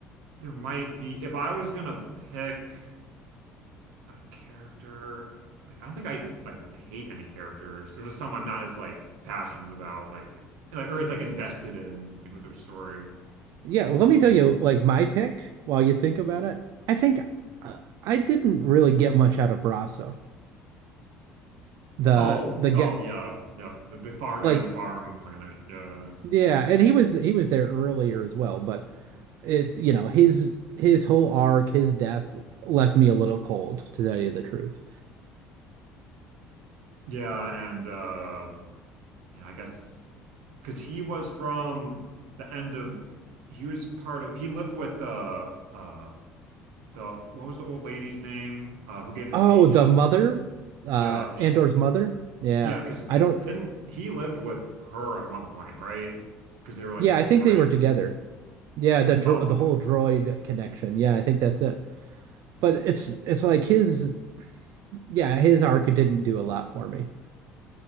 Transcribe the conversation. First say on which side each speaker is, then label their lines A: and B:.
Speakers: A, on the right; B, on the right.
A: There might be if I was gonna pick. a character like I don't think I like hate any characters. There's just some I'm not as like passionate about like like or as like invested in like with their story.
B: Yeah, let
A: Um
B: me tell you, like my pick, while you think about it, I think uh, I didn't really get much out of Brasso. The
A: oh
B: the get
A: oh yeah yeah the, the far
B: like
A: guy in the farm planet yeah
B: yeah, and he was he was there earlier as well, but it you know his his whole arc, his death left me a little cold, to tell you the truth.
A: yeah and uh yeah I guess because he was from the end of he was part of he lived with the uh the what was the old lady's name uh who gave the
B: Oh,
A: speech
B: the mother, uh,
A: yeah
B: Andor's
A: sh
B: mother. Yeah,
A: Yeah, because because
B: I don't.
A: didn't he lived with her at one point, right? Because they were like
B: Yeah,
A: with
B: I
A: the
B: think
A: droid.
B: they were together. Yeah, the dro
A: Oh,
B: the
A: okay.
B: whole droid connection. Yeah, I think that's it. But it's it's like his yeah, his arc didn't do a lot for me.